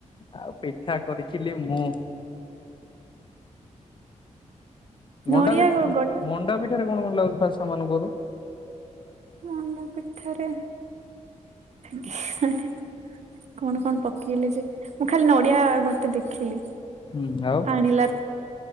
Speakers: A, on the left; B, on the right.
A: ଆଉ ପିଠା କରି। ଥିଲେ ମୁଁ। ମଣ୍ଡା
B: ନଡିଆ
A: ପିଠ୍
B: ଗ
A: ମଣ୍ଡା ପିଠାରେ କଣ ମତେ ଲାଗୁଛି ଫାଷ୍ଟ ସାମନ କୁହ ତ।
B: ମୁଣ୍ଡା ପିଠାରେ କେଜାଣି। କଣ କଣ ପକେଇଲେ ଯେ ମୁଁ ଖାଲି ନଡିଆ ଗୋଟେ ଦେଖିଲି।
A: ହୁଁ ଆଉ
B: ଆଣିିଲା।